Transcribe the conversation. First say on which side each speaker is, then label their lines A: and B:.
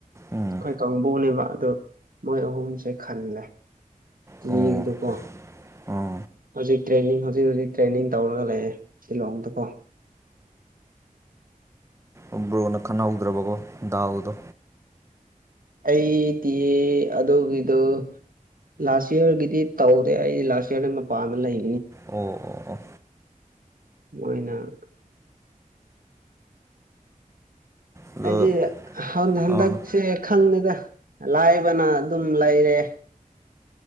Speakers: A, on the right; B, on the right.
A: ꯎꯝ
B: ꯑꯩꯈꯣꯏ ꯀꯥꯡꯕꯨꯅꯦꯕ ꯑꯗ ꯃꯣꯏ ꯑꯍꯨꯝꯁꯦ ꯈꯜꯂꯦ
A: ꯑꯣ
B: ꯌꯦꯒꯗꯀꯣ
A: ꯑꯣ
B: ꯍꯧꯖꯤꯛ ꯇ꯭ꯔꯦꯅꯤꯡ ꯍꯧꯖꯤꯛ ꯍꯧꯖꯤꯛ ꯍꯧꯖꯤꯛ ꯇ꯭ꯔꯦꯅꯤꯡ ꯇꯧꯔꯒ ꯂꯩꯑꯦ ꯁꯤꯂꯣꯡꯝꯗꯀꯣ
A: ꯎꯝ ꯕ꯭ꯔꯣꯅ ꯈꯟꯅꯍꯧꯗ꯭ꯔꯕꯀꯣ ꯗꯥꯗꯣ
B: ꯑꯩ ꯇꯤ ꯑꯗꯨꯒꯤꯗꯨ ꯂꯥꯁ ꯏꯌꯥꯔꯒꯤꯗꯤ ꯇꯧꯔꯦ ꯑꯩꯗꯤ ꯂꯥꯁ ꯏꯔꯗ ꯃꯄꯥꯟꯗ ꯂꯩ
A: ꯑꯣ ꯑꯣ
B: ꯃꯣꯏꯅꯛ
A: ꯑꯗꯣ
B: ꯍꯥꯏꯗꯤ ꯍꯟꯗꯛꯁꯦ
A: ꯑꯥ
B: ꯈꯪꯅꯤꯦꯗ ꯂꯥꯏꯕꯅ ꯑꯗꯨꯝ ꯂꯩꯔꯦ